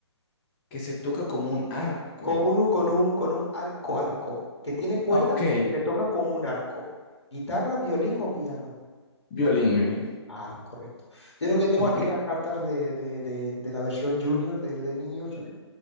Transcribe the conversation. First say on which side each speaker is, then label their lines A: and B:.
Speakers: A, on the left; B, on the left.
A: Que se toca como un arco.
B: Con un, con un, con un arco, arco. Que tiene cuerdas
A: Ok,
B: y se toca con un arco. Guitarra, violín o piano.
A: violín, violín.
B: Ah, correcto. Yo creo que tengo
A: Ok.
B: aquí las cartas de, de- de- de la versión junior de, de niños.